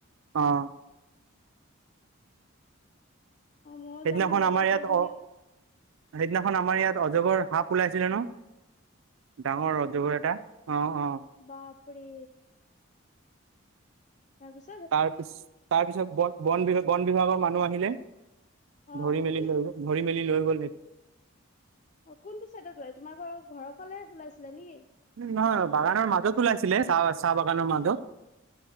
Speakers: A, on the right; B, on the left.
A: অ
B: অ ময়ো
A: সেইদিনাখন
B: যাম মোৰ লগৰ
A: আমাৰ ইয়াত
B: কেইজনী
A: অ সেইদিনাখন আমাৰ ইয়াত অজগৰ সাপ ওলাইছিলে ন ডাঙৰ ৰজগ এটা অ অ
B: বাপৰি তাৰ পিত <unintelligible>
A: তাৰপিছ তাৰপিছত বন বিভাগ বন বিভাগৰ মানুহ আহিলে
B: অ
A: ধৰি মেলি হৈ গৈ ঘৰি মেলি লৈ গ'লটো
B: অ কোনটো চাইডত ওলাই তোমাৰ ঘৰ ঘৰৰ ফালে ওলাইছিলে নেকি
A: উ নহয় বাগানৰ মাজত ওলাইছিলে চাহ চাহ বাগানৰ মাজত